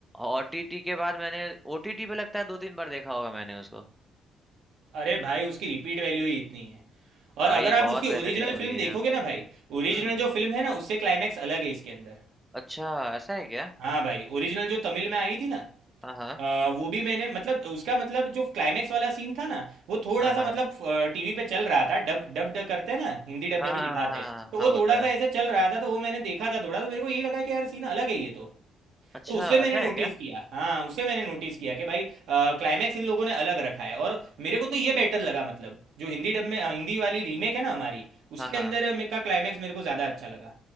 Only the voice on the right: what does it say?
अरे भाई उसकी रिपीट वैल्यू ही इतनी है और
अगर आप
उसकी
ओरिजिनल
फिल्म
देखोगे ना भाई
ओरिजिनल
जो फिल्म है ना उससे क्लाइमैक्स अलग है इसके अंदर
हाँ भाई ओरिजिनल जो तमिल में आई थी ना
अ, वो भी मैंने मतलब उसका मतलब जो क्लाइमेक्स वाला सीन था ना वो थोड़ा
सा
मतलब टीवी पे चल रहा था डब डब डब करते हैं ना हिंदी डब
में भी
दिखाते
हैं तो
वो
थोड़ा
सा ऐसे चल रहा था तो वो मैंने देखा था थोड़ा तो मेरे को यही लगा कि यार सीन अलग है ये तो
तो उससे मैंने
नोटिस
किया हाँ उससे मैंने नोटिस किया कि भाई क्लाइमैक्स इन लोगों ने अलग रखा है और मेरे को तो ये बेटर लगा मतलब जो हिंदी डब में अ, हिंदी वाली रीमेक है ना हमारी उसके
अंदर मे- का क्लाइमैक्स मेरे को ज़्यादा अच्छा लगा